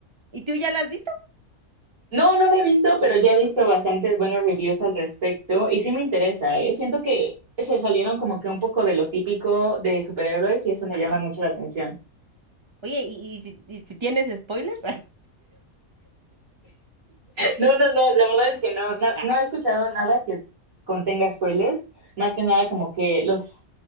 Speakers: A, on the right (about 30°); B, on the right (about 75°).
A: ¿Y tú ya la has visto?
B: No, no la he visto, pero ya he visto bastantes buenos reviews al respecto y sí me interesa, ¿eh? Siento que se salieron como que un poco de lo típico de superhéroes y eso me
A: Ajá.
B: llama mucho la atención.
A: Oye, ¿y, y si, y si tienes spoilers?
B: No, no, no, la verdad es que no, no,
A: <laughs>
B: no he escuchado
A: <laughs>
B: nada que contenga spoilers, más que nada como que los,